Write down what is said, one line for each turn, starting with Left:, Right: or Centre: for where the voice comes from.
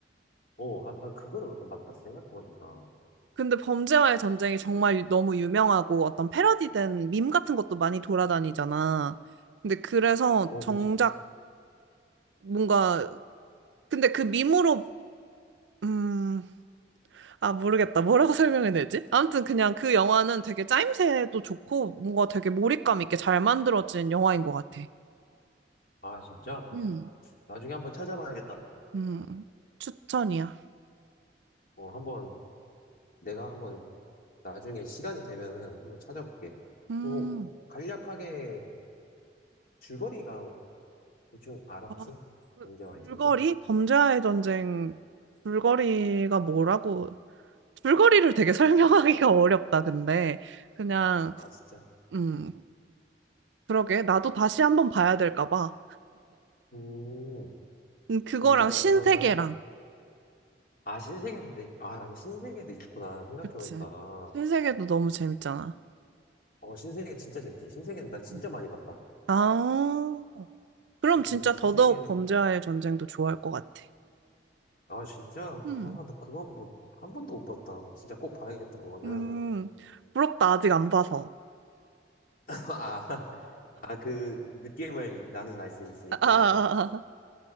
Left: 어아난 그거를 안 봤다 생각해보니까
Right: 근데 범죄와의 전쟁이 정말 너무 유명하고 어떤 패러디된 밈 같은 것도 많이 돌아다니잖아. 근데 그래서
Left: 어
Right: 정작
Left: 그치
Right: 뭔가, 근데 그 밈으로, 음, 아, 모르겠다. 뭐라고 설명해야 되지? 아무튼 그냥 그 영화는 되게 짜임새도 좋고 뭔가 되게 몰입감 있게 잘 만들어진 영화인 것 같아.
Left: 응아 진짜
Right: 음.
Left: 나중에 한번 찾아봐야겠다
Right: 음, 추천이야.
Left: 어 한번 내가 한번 나중에 시간이 되면은 한번 찾아볼게
Right: 음,
Left: 뭐 간략하게 줄거리가 대충 알아 혹시?
Right: 아, 줄-
Left: 범죄와
Right: 줄거리?
Left: 이제?
Right: 범죄와의 전쟁 줄거리가 뭐라고? 줄거리를 되게 설명하기가 <laughs> 어렵다, 근데. 그냥,
Left: 아 진짜.
Right: 음, 그러게. 나도 다시 한번 봐야 될까 봐.
Left: 음
Right: 음, 그거랑
Left: 범죄와
Right: 신세계랑.
Left: 이제. 아 나는 아 신세계는 내. 아 맞아 신세계도 있구나 생각해보니까.
Right: 그치. 신세계도 너무 재밌잖아.
Left: 어 신세계 진짜 재밌지. 신세계는 나 진짜
Right: 음.
Left: 많이 봤다.
Right: 아. 그럼 진짜
Left: 음 신세계는
Right: 더더욱 범죄와의 전쟁도 좋아할 것 같아.
Left: 아 진짜.
Right: 음.
Left: 아 나 그거 한번한 번도 못 봤다. 진짜 꼭 봐야겠다 그거는.
Right: 음, 부럽다. 아직 안 봐서.
Left: <laughs> 아 아, 그 느낌을 나는 알 수 있으니까.
Right: 아, 아, 아. 아.